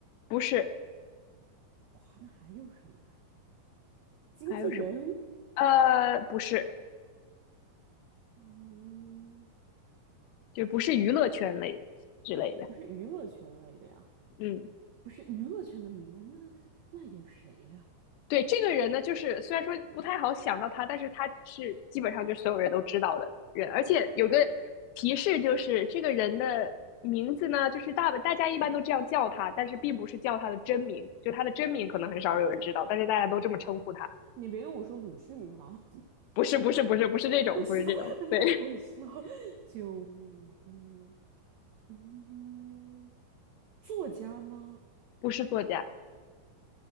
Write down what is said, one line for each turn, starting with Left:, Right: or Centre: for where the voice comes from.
Left: 不是，
Right: 哇，那还有什么呀？经纪人。
Left: 还有什么？呃，不是，
Right: 嗯，
Left: 就不是娱乐圈类之类的。
Right: 不是娱乐圈类的呀，
Left: 嗯，
Right: 不是娱乐圈的名人，那那有谁呀？
Left: 对，这个人呢，就是虽然说不太好想到他，但是他是基本上就是所有人都知道的人，而且有个提示就是这个人的名字呢，就是大大家一般都这样叫他，但是并不是叫他的真名，就他的真名可能很少有人知道，但是大家都这么称呼他。
Right: 你别跟我说鲁迅哈，
Left: 不是，不是，不是，不是这种，
Right: <laughs>
Left: 不是这种，
Right: 笑，
Left: 对，
Right: 我笑，救命！嗯嗯，作家吗？
Left: <laughs> 不是作家，